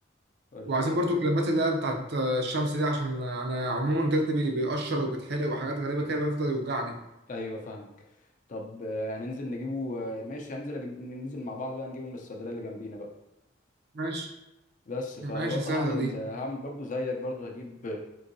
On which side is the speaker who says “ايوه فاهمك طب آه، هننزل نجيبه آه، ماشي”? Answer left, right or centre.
Left